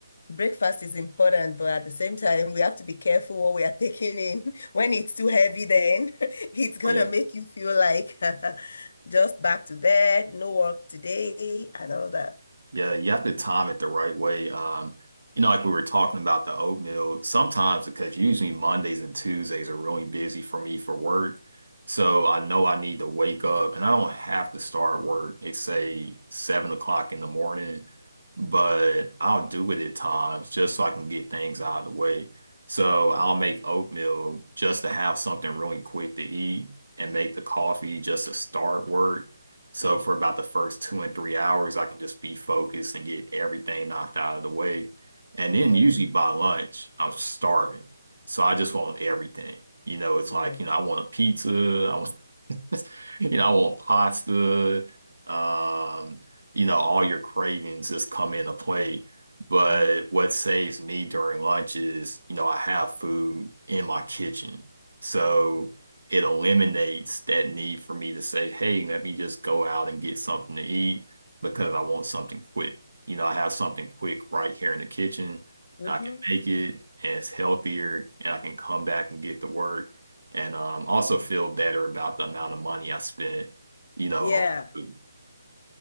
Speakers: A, on the left; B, on the right.
A: breakfast is important, but at the same time, we have to be careful what we are <laughs> taking in. When it's too heavy, then <laughs> it's gonna
B: Oh yeah.
A: make you feel like <laughs> just back to bed, no work today, and all that.
B: Yeah, you have to time it the right way. Um, you know, like we were talking about the oatmeal, sometimes because usually Mondays and Tuesdays are really busy for me for work. So I know I need to wake up and I don't have to start work at say seven o'clock in the morning, but I'll do it at times just so I can get things out of the way. So I'll make oatmeal just to have something really quick to eat and make the coffee just to start work. So for about the first two and three hours, I can just be focused and get everything knocked out of the way. And
A: hmm
B: then usually by lunch, I'm starving. So I just want everything. You know, it's
A: Yeah.
B: like, you know, I want a pizza. I want <laughs> You know, I want pasta. Um, you know, all your cravings just come into play. But
A: Mm-hmm.
B: what saves me during lunch is, you know, I have food in my kitchen. So it eliminates that need for me to say, hey, let me just go out and get something to eat because I want something quick. You know, I have something quick right here in the kitchen.
A: Mm-hmm.
B: and I can make it and it's healthier and I can come back and get to work and um, also feel better about the amount of money I spent, you know,
A: Yeah.
B: on food.